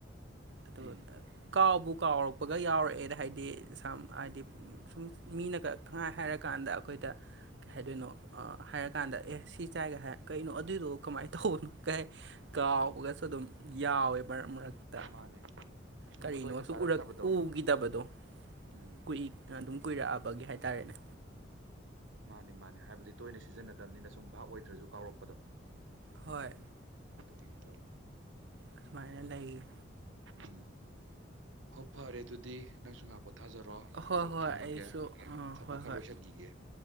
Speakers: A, on the right (about 60°); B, on the right (about 80°).
A: ꯑ
B: ꯎꯝ
A: ꯀꯥꯎꯕꯨ ꯀꯥꯎꯔꯛꯄꯒ ꯌꯥꯎꯔꯛꯑꯦꯅ ꯍꯥꯏꯗꯤ ꯍꯥꯏꯗꯤ ꯁꯝ ꯍꯥꯏꯗꯤ ꯁꯨꯝ ꯃꯤꯅ ꯀꯛꯥꯏ ꯍꯥꯏꯔꯀꯥꯟꯗ ꯑꯩꯈꯣꯏꯗ ꯀꯩ ꯍꯥꯏꯗꯣꯏꯅꯣ ꯍꯥꯏꯔꯀꯥꯟꯗ ꯑꯦ ꯁꯤ ꯆꯥꯏꯒ ꯍꯥꯏ ꯀꯩꯅꯣ ꯑꯗꯨꯏꯗꯣ ꯀꯃꯥꯏꯅ ꯇꯧꯕꯅꯣ ꯀꯩ ꯀꯥꯎꯕꯒꯁꯨ ꯑꯗꯨꯝ ꯌꯥꯎꯋꯦ ꯃꯔꯛ ꯃꯔꯛꯇ
B: ꯃꯥꯅꯦ ꯁꯨꯝ
A: ꯀꯔꯤꯅꯣꯁꯨ
B: ꯇꯣꯏꯅ ꯆꯥꯔꯛꯇꯕꯗꯣ
A: ꯎꯈꯤꯗꯕꯗꯣ
B: ꯎꯝ
A: ꯀꯨꯏꯏ ꯑꯗꯨꯝ ꯀꯨꯏꯔꯛꯑꯕꯒꯤ ꯍꯥꯏ ꯇꯔꯦꯅꯦ
B: ꯃꯥꯅꯦ ꯃꯥꯅꯦ ꯍꯥꯏꯕꯗꯤ ꯇꯣꯏꯅ ꯁꯤꯖꯤꯟꯅꯗꯕꯅꯤꯅ ꯁꯨꯝ ꯚꯥꯞ ꯑꯣꯏꯗ꯭ꯔꯁꯨ ꯀꯥꯎꯔꯛꯄꯗꯣ
A: ꯍꯣꯏ
B: ꯒꯤꯅꯤ ꯇꯁ
A: ꯑꯗꯨꯃꯥꯏꯅ ꯂꯩ
B: ꯎꯝ ꯍꯣ ꯐꯔꯦ ꯑꯗꯨꯗꯤ ꯅꯪꯁꯨ ꯉꯥꯛꯄ ꯊꯥꯖꯔꯣ
A: ꯍꯣꯏ
B: ꯑꯩꯁꯨ
A: ꯍꯣꯏ
B: ꯊꯝꯃꯒꯦ
A: ꯑꯩꯁꯨ ꯑꯥ
B: ꯊꯕꯛ
A: ꯍꯣꯏ
B: ꯈꯔ
A: ꯍꯣꯏ
B: ꯂꯣꯏꯁꯤꯟꯕꯤꯒꯦ